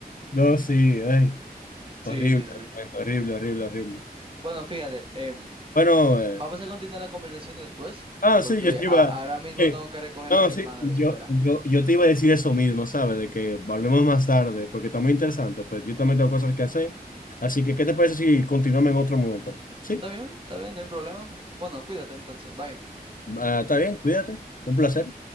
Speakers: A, on the left; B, on the right.
A: No, sí, ay.
B: Sí,
A: Horrible,
B: sí, sí.
A: horrible, horrible, horrible.
B: Bueno, fíjate, em,
A: Bueno, eh,
B: vamos a continuar la conversación después,
A: Ah,
B: porque
A: sí, yo te iba.
B: a- ahora mismo
A: eh,
B: tengo que recoger
A: No,
B: a mi
A: sí,
B: hermano
A: yo,
B: a la escuela.
A: yo, yo te iba a decir eso mismo, ¿sabes? De que hablemos más tarde, porque está muy interesante, pero yo también tengo cosas que hacer. Así que, ¿qué te parece si continuamos en otro momento? Sí,
B: ¿Está bien? ¿Está bien? No hay problema. Bueno, cuídate entonces, bye.
A: Ah, está bien, cuídate, un placer.